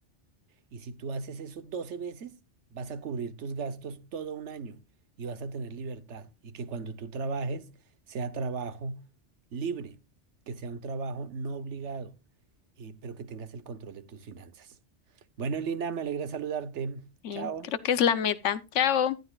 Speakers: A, on the right; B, on the left.
A: Y si tú haces eso 12 veces, vas a cubrir tus gastos todo un año y vas a tener libertad. Y que cuando tú trabajes sea trabajo libre, que sea un trabajo no obligado, y- pero que tengas el control de tus finanzas. Bueno, Lina, me alegra saludarte.
B: Eh,
A: Chao.
B: creo que es la meta. Chao.